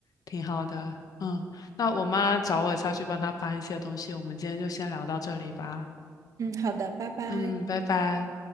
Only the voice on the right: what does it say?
嗯，好的，拜拜。